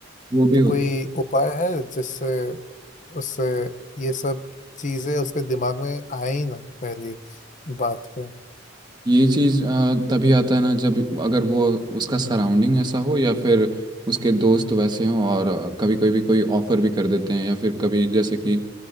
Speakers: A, on the right; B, on the left.
A: वो भी
B: तो
A: होता
B: कोई उपाय है जिससे उससे ये सब चीजें उसके दिमाग में आए ही ना पहली बात पे
A: ये चीज आ, तभी आता है ना जब अगर वो उसका सराउंडिंग ऐसा हो या फिर उसके दोस्त वैसे हों और आ, कभी कोई भी कोई ऑफर भी कर देते हैं या फिर कभी जैसे कि